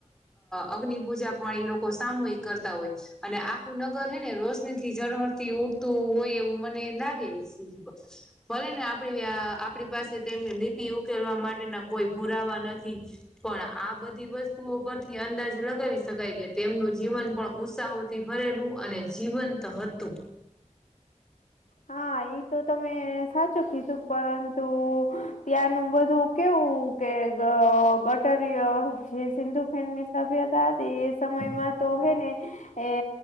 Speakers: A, in the centre; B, on the left.
A: અગ્નિ પૂજા પણ એ લોકો સામૂહિક કરતા હોય છે. અને આખું નગર હેને રોશનીથી ઝરહળરથી ઉડતું હોય એવું મને લાગે છે. ભલે ને આપડી આપણી પાસે તેમની નીતિ ઉકેલવા માટેના કોઈ પુરાવા નથી. પણ આ બધી વસ્તુઓ પરથી અંદાજ લગાવી શકાય કે તેમનું જીવન પણ ઉત્સાહોથી ભરેલું અને જીવંત હતું.
B: હા ઈતો તમે સાચું કીધું પરંતુ ત્યાંનું બધું કેવું કે ગ ગટરીય જે સિંધુ ખીણની તભિયતા હતા તે એ સમયમાં તો હેને એ